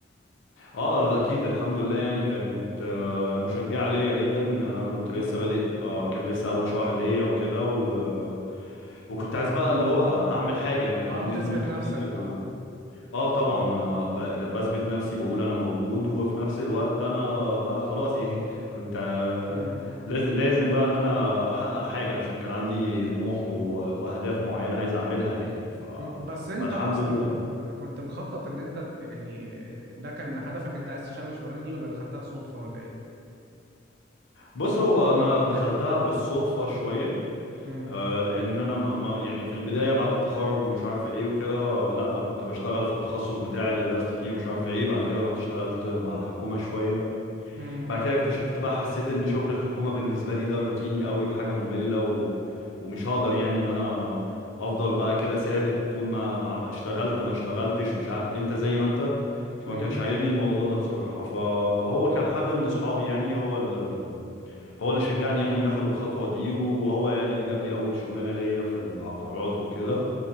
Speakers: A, on the left (about 85°); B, on the right (about 55°).
A: اه لا اكيد الحمد لله يعني كانت آه، مشجعه ليا جدا انا كنت
B: امم
A: لسه بادئ آه، كان لسه اول شهر ليا وكده و... وكنت عايز بقى اللي هو اعمل حاجه يعني كان
B: اه
A: عندي
B: بتثبت
A: طموح كتير
B: نفسك اه
A: و... اه طبعا انا ب... بثبت نفسي بقول انا موجود وفي نفس الوقت انا بقى خلاص يعني <laughs> كنت آه،
B: امم
A: لازم لازم بقى ان انا احقق حاجه عشان كان عندي طموح و... واهداف معينه عايز اعملها يعني ف...
B: أمم. بس انت
A: فالحمد
B: اصلا
A: لله
B: كنت مخطط ان انت ت- يعني ده كان هدفك انت عايز تشتغل الشغلانه دي ولا دخلتها صدفه ولا ايه
A: بص هو انا دخلتها بالصدفه شويه
B: امم
A: آه، لان انا ما ما- يعني في البدايه بعد التخرج ومش عارف ايه وكده لا كنت بشتغل في التخصص بتاعي اللي درست فيه ومش عارف ايه بعد كده رحت اشتغلت مع الحكومه شويه
B: امم
A: بعد كده اكتشفت بقى حسيت ان شغل الحكومه بالنسبه لي ده روتيني قوي وحاجه ممله و... ومش هقدر يعني ان انا افضل بقى كده ثابت طول ما عم- اشتغلت ما اشتغلتش مش ع... انت زي ما انت فما
B: امم
A: كانش عاجبني الموضوع ده بصراحه فهو كان حد من اصحابي يعني هو اللي هو اللي شجعني يعني ان اخد الخطوه دي وهو يعني اللي جاب لي اول شغلانه ليا في العقارات وكده